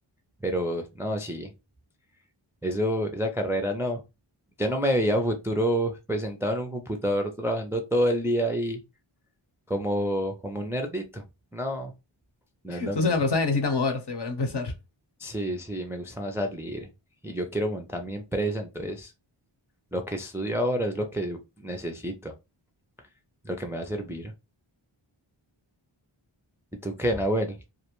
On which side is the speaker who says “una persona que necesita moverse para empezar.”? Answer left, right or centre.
Left